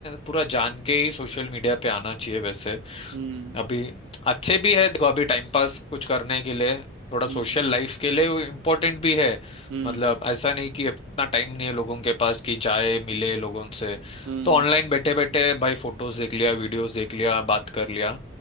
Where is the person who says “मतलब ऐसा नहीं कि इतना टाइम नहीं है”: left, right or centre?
Left